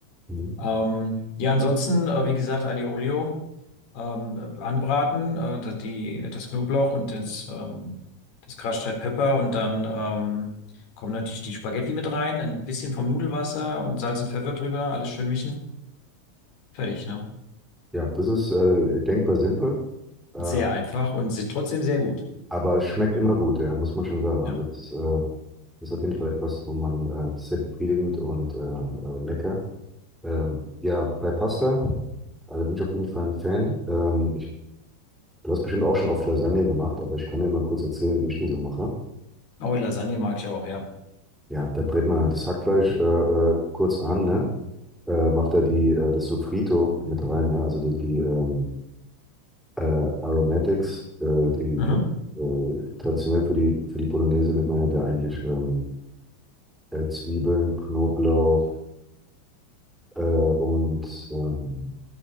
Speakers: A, in the centre; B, on the left.
A: mhm.
B: Ähm, ja, ansonsten, äh, wie gesagt, Aliolio ähm, äh, anbraten, äh, da- die, das Knoblauch und das, ähm, das Crushed Red Pepper und dann ähm, kommen natürlich die Spaghetti mit rein, ein bisschen vom Nudelwasser und Salz und Pfeffer drüber, alles schön mischen. Fertig, ne?
A: Ja, das ist äh, denkbar simpel. Äh,
B: Sehr einfach und se- trotzdem sehr gut.
A: Aber es schmeckt
B: Ja.
A: immer gut, ja, muss man schon sagen. Also
B: ja.
A: das äh, ist auf jeden Fall etwas, wo man, äh, das ist sehr befriedigend und äh, äh, lecker. Ähm, ja, bei Pasta, also bin ich auf jeden Fall ein Fan. Ähm, ich, du hast bestimmt auch schon oft Lasagne gemacht, aber ich kann dir mal kurz erzählen, wie ich die so mache.
B: Oh, Lasagne mag ich auch, ja.
A: Ja, da brät man das Hackfleisch äh, äh, kurz an, ne? Äh, macht da die, äh, das Sofrito mit rein, ne? Also die, die ähm, äh, Aromatics, äh, die
B: Mhm,
A: äh, traditionell für die, für die Bolognese nimmt man ja da eigentlich ähm, Äh, Zwiebeln, Knoblauch äh, und ähm,